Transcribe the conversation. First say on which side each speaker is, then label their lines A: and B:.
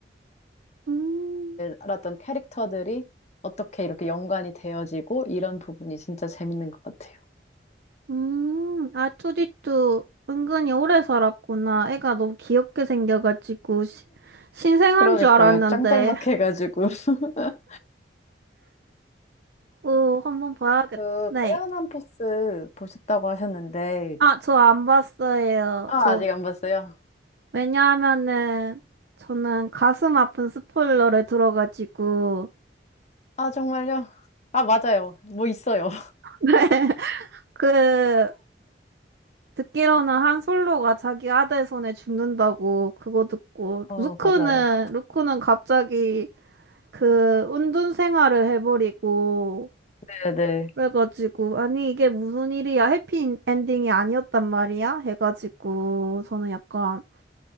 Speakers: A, on the right (about 65°); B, on the left (about 40°).
A: 음,
B: 알았던 캐릭터들이 어떻게 이렇게 연관이 되어지고 이런 부분이 진짜 재밌는 것 같아요.
A: 음, R2D2 은근히 오래 살았구나. 애가 너무 귀엽게 생겨가지고, 시- 신생한
B: 그러니까요.
A: 줄 알았는데,
B: 짱짤막해가지고. <laughs>
A: 오, 한번 봐야겠다.
B: 그
A: 네.
B: 깨어난 포스 보셨다고 하셨는데
A: 아, 저 안 봤어요.
B: 아
A: 저,
B: 아직 안 봤어요.
A: 왜냐하면은, 저는 가슴 아픈 스포일러를 들어가지고,
B: 아 정말요? 아 맞아요. 뭐 있어요.
A: <laughs> 그, 듣기로는 한 솔로가 자기 아들 손에 죽는다고 그거 듣고,
B: 어,
A: 루크는,
B: 맞아요.
A: 루크는 갑자기 그 운둔 생활을 해버리고,
B: 네네.
A: 그래가지고, 아니, 이게 무슨 일이야? 해피 엔딩이 아니었단 말이야? 해가지고, 저는 약간,